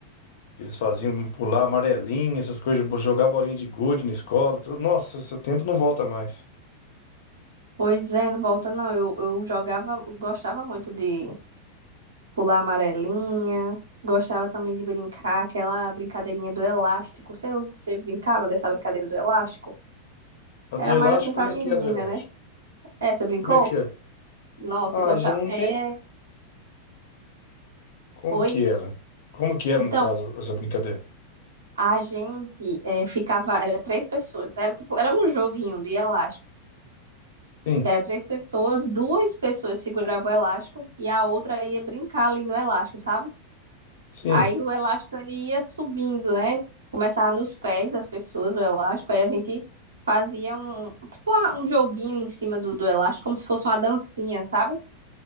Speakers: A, on the left (about 55°); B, on the right (about 70°).
A: que eles faziam, pular amarelinha, essas coisas, jogar bolinha de gude na escola, tudo. Nossa, esse tempo não volta mais.
B: Pois é, não volta não. Eu, eu jogava, gostava muito de pular amarelinha, gostava também de brincar aquela brincadeirinha do elástico. Você, usa- você brincava dessa brincadeira do elástico?
A: A
B: Era
A: do elástico,
B: mais assim pra
A: como
B: menina,
A: é que é a do elástico?
B: né? É, você brincou?
A: Como é que é?
B: Nossa,
A: Ah,
B: eu gostava.
A: já não
B: É,
A: tem. Como
B: Oi?
A: que era? Como que era,
B: Então,
A: no caso, essa brincadeira?
B: a gente eh, ficava, era três pessoas, né? Era tipo, era um joguinho de elástico.
A: Sim,
B: Era três pessoas, duas pessoas seguravam o elástico e a outra ia brincar ali no elástico, sabe?
A: sim.
B: Aí o elástico ele ia subindo, né? Começava nos pés das pessoas, o elástico, aí a gente fazia um, tipo uma- um joguinho em cima do, do elástico, como se fosse uma dancinha, sabe?